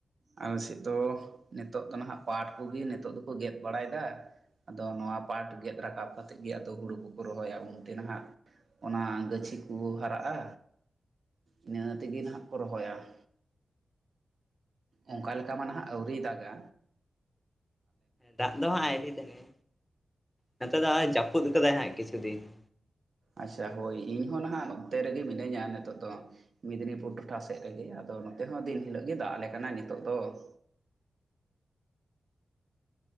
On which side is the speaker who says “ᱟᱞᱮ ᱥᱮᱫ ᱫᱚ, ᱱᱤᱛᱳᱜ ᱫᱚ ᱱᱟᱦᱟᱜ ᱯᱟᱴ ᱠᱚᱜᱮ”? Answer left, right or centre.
Right